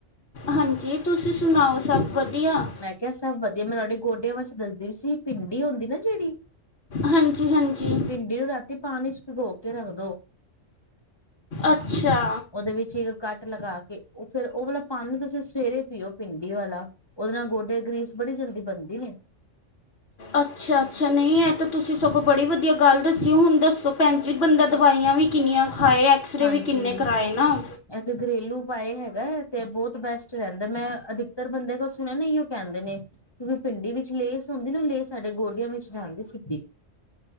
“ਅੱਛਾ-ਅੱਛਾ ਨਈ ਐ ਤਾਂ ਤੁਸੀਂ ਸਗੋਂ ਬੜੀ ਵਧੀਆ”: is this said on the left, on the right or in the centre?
Left